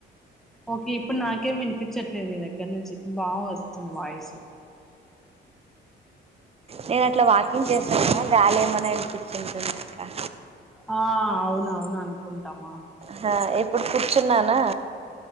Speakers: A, in the centre; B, on the right.
A: ఓకే ఇప్పుడు నాకేం వినిపించట్లేదు నీ దగ్గర్ నుంచి బావుస్తుంది వాయిసు
B: నేను అట్లా వాకింగ్ చేస్తాను గాలి ఏమన్న వినిపించి ఉంటుంది అక్క
A: ఆ అవునవును అనుకుంటామా
B: సరే ఇప్పుడు కూర్చున్నానా